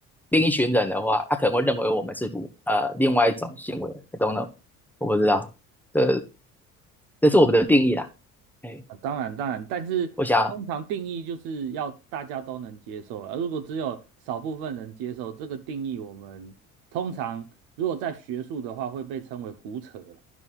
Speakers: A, in the centre; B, on the right.
A: 另一群人的话，他可能会认为我们是不呃另外一种行为，I don't know，我不知道，这这是我们的定义啦。诶，
B: 啊，当然当然，但是通常定义就是要大家都能接受了。
A: 我想
B: 而如果只有少部分人接受这个定义，我们通常如果在学术的话会被称为胡扯了。